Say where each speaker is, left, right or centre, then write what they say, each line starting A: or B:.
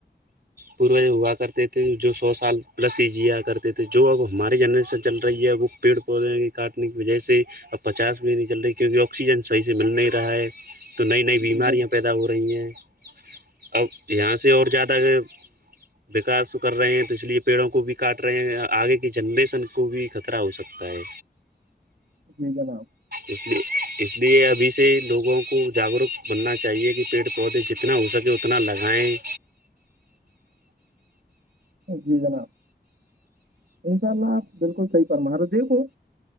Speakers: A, on the right; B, on the right.
A: پوج ہوا کرتے تھے جو سو سال پلس ہی جیا کرتے تھے جو اب ہمارے جنریشن چل رہی ہے وہ پیڑ پودے کے کاٹنے کی وجہ سے اب پچاس بھی نہیں چل رہی کیونکہ آکسیجن صحیح سے مل نہیں رہا ہے تو نئی نئی بیماریاں
B: جی جناب
A: پیدا ہو رہی ہیں اب یہاں سے اور زیادہ کہ بکار کر رہے ہیں تو اس لیے پیڑوں کو بھی کاٹ رہے ہیں آگے کی جنریشن کو بھی خطرہ ہو سکتا ہے
B: جی جناب <unintelligible>
A: اس لیے اس لیے ابھی سے لوگوں کو جاگروک بننا چاہیے کہ پیڑ پودے جتنے جتنا ہو سکے اتنا لگائیں
B: جی جناب انشاء اللہ آپ بالکل صحیح پرمر دیو ہو